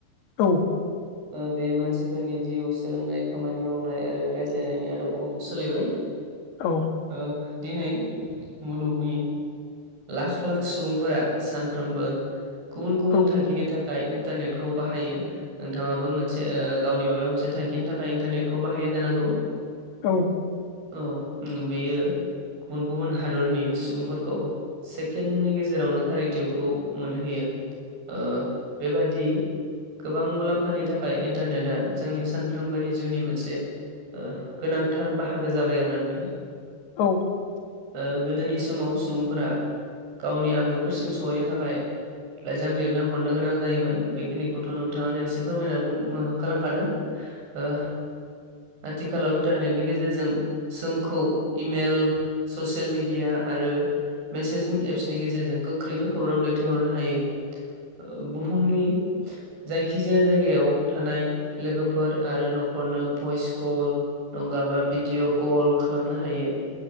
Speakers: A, on the left; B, on the right.
A: औ।
B: ओ बे मानसिफोरनि जिउ सोलोंनाय खामानि मावनाय आरो रायज्लायनायनि आदबखौ सोलायबाय
A: औ
B: ओ दिनै मुलुगनि लाख लाख सुबुंफोरा सानफ्रोमबो गुबुन गुबुन
A: औ
B: थांखिनि थाखाय इन्टारनेटखौ बाहायो नोंथाङाबो मोनसे ओ गावनि माबा मोनसे थांखिनि थाखाय इन्टारनेटखौ बाहायो जानांगौ।
A: <inaudible>
B: औ उम बेयो गुबुन गुबुन हादरनि सुबुंफोरखौ सेकेन्डनि गेजेरावनो खारिटिउखौ मोनहैयो ओ बेबादि गोबां मुलाम्फानि थाखाय इन्टारनेटआ जोंनि सानफ्रोमबोनि जिउनि मोनसे ओ गोनां थार बाहागो जाबाय आरोना नोंथां।
A: औ।
B: ओ गोदोनि समाव सुबुंफोरा गावनि आंगोफोरसिम सहैनो थाखाय लाइजाम लिरनो हरनो गोनां जायोमोन बेखिनिखौथ' नोंथाङानो एसे फोरमायना बुं होखा लांखादों। ओ आथिखालाव इन्टारनेटनि गेजेरजों जोंखौ इमेल ससेयेल मिडिया आरो मेसेजिं एप्सनि गेजेरजों गोख्रैनो खौरां दैथायहरनो हायो। ओ बुहुमनि जायखिजाया जायगायाव थानाय लोगोफोर आरो न'खरनो भइस कल नंगाबा भिडिअ' कल खालामनो हायो।